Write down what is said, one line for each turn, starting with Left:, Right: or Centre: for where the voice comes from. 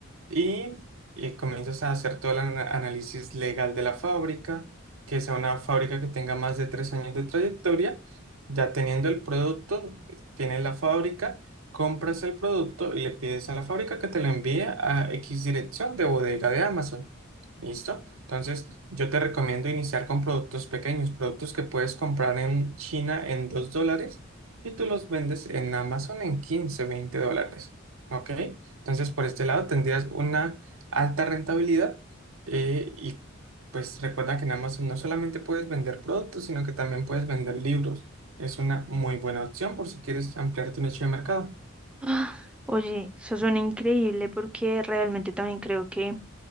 Right: y eh, comienzas a hacer todo el ana- análisis legal de la fábrica, que sea una fábrica que tenga más de tres años de trayectoria. Ya teniendo el producto, eh, tienes la fábrica, compras el producto y le pides a la fábrica que te lo envíe a X dirección de bodega de Amazon. ¿Listo? Entonces, yo te recomiendo iniciar con productos pequeños, productos que puedes comprar en China en 2 dólares y tú los vendes en Amazon en 15 20 dólares. ¿Ok? Entonces, por este lado tendrías una alta rentabilidad eh, y pues recuerda que en Amazon no solamente puedes vender productos, sino que también puedes vender libros. Es una muy buena opción por si quieres ampliar tu nicho de mercado.
Centre: <gasps> Ah, Oye, eso suena increíble porque realmente también creo que